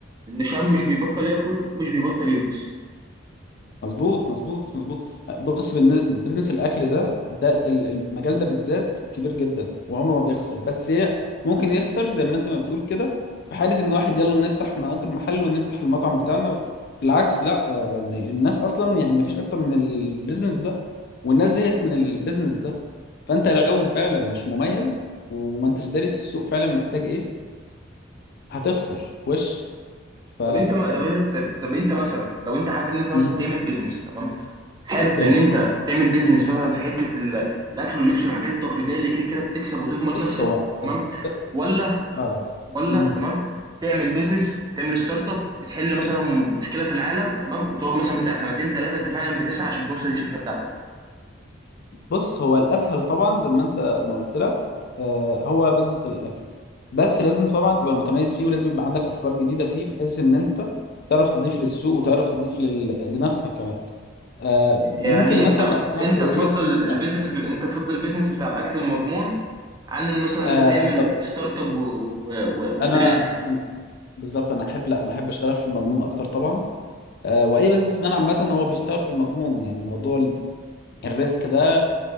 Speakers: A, on the right; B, on the left.
A: ان الشعب مش بيبطل ياكل ومش بيبطل يلبس
B: مظبوط مظبوط مظبوط أه، بص بالن- بزنس الاكل ده ده ال- المجال ده بالذات كبير جدا وعمره ما بيخسر بس هي ممكن يخسر زي ما انت ما بتقول كده في حاله ان واحد يلا نفتح مأجر محل ونفتح المطعم بتاعنا بالعكس لا آه، الناس اصلا يعني ما فيش اكتر من البيزنس ده والناس زهقت من البيزنس ده فانت لو فعلا مش مميز وما انتش دارس السوق فعلا محتاج ايه هتخسر وش ف
A: طب انت ما... طب انت طب انت مثلا لو انت حابب ان انت مثلا
B: مهم.
A: تعمل بيزنس تمام حابب
B: اوكي
A: ان انت تعمل بيزنس مثلا في حته ال... الاكل واللبس والحاجات التقليديه اللي كده كده بتكسب وتضمن
B: بص
A: نفسك
B: هو زي
A: تمام
B: ما قلت-
A: ولا
B: بص اه
A: ولا
B: امم
A: تمام تعمل بيزنس تعمل ستارت اب بتحل مثلا مشكله في العالم تمام وتقعد مثلا بتاع سنتين ثلاثه انت فعلا بتسعى عشان توصل للشركه بتاعتك
B: بص هو الاسهل طبعا زي ما انت ما قلت لك آه هو بزنس الاكل بس لازم طبعا تبقى متميز فيه ولازم يبقى عندك افكار جديده فيه بحيث ان انت تعرف تضيف للسوق وتعرف تضيف لل... لنفسك كمان آه ممكن
A: يعني
B: مثلا
A: انت
B: افكار
A: انت
B: زي
A: تفضل
B: ايه ممكن
A: البيزنس
B: أ-
A: ب... انت تفضل البيزنس بتاع الاكل المضمون عن مثلا
B: آه
A: انت تعمل
B: بالظبط
A: ستارت اب و... و... و...
B: انا
A: وتريسك
B: أنا- بالظبط انا احب لا انا احب اشتغل في المضمون اكتر طبعا آه واي بزنس مان عامه هو بيشتغل في المضمون يعني موضوع ال- الريسك ده